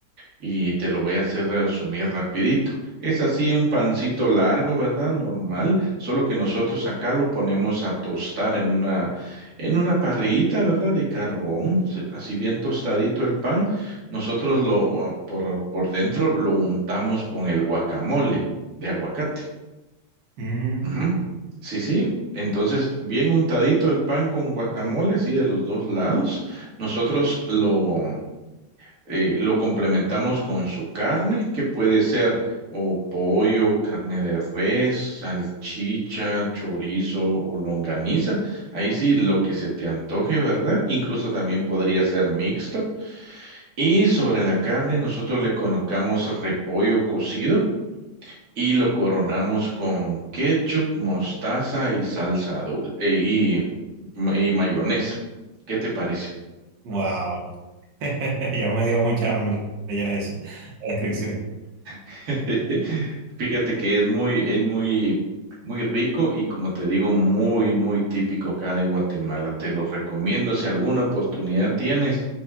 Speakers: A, on the right; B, on the right.
A: y te lo voy a hacer resumir rapidito. Es así un pancito largo, ¿verdad? Normal, solo que nosotros acá lo ponemos a tostar en una, en una parrillita, ¿verdad? De carbón, se- así bien tostadito el pan. Nosotros lo, o, por, por dentro lo untamos con el guacamole de aguacate.
B: Mm,
A: Ujú. Sí, sí. Entonces, bien untadito el pan con guacamole, así de los dos lados. Nosotros lo, eh, lo complementamos con su carne, que puede ser o pollo, carne de res, salchicha, chorizo o longaniza. Ahí sí, lo que se te antoje, ¿verdad? Incluso también podría ser mixto. Y sobre la carne nosotros le colocamos repollo cocido y lo coronamos con ketchup, mostaza y salsa dulce y, y mayonesa. ¿Qué te parece?
B: wow. <laughs> Ya me dio mucha hambre ya eso, la descripción.
A: <laughs> Fíjate que es muy, es muy, muy rico y como te digo, muy, muy típico acá de Guatemala. Te lo recomiendo si alguna oportunidad tienes,